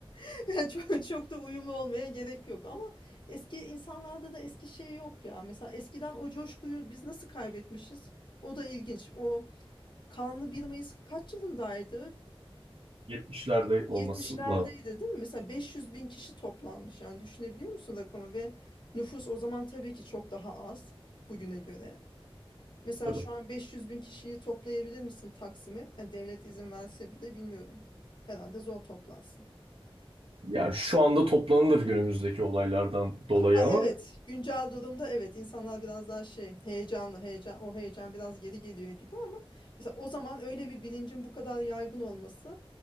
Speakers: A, on the left; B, on the right.
A: <laughs> Çok, çok da uyumlu olmaya gerek yok ama eski insanlarda da eski şey yok ya. Mesela eskiden o coşkuyu biz nasıl kaybetmişiz? O da ilginç. O kanlı bir Mayıs kaç yılındaydı?
B: 70'lerde olması
A: 70'lerdeydi
B: lazım.
A: değil mi? Mesela 500 bin kişi toplanmış. Yani düşünebiliyor musun rakamı? Ve nüfus o zaman tabii ki çok daha az bugüne göre. Mesela
B: tabii.
A: şu an 500 bin kişiyi toplayabilir misin Taksim'e? Yani devlet izin verse bile bilmiyorum. Herhalde zor toplarsın.
B: Yani şu anda toplanılır günümüzdeki olaylardan dolayı
A: Ha,
B: ama
A: evet, güncel durumda evet insanlar biraz daha şey heyecanlı heyecan o heyecan biraz geri geliyor gibi ama mesela o zaman öyle bir bilincin bu kadar yaygın olması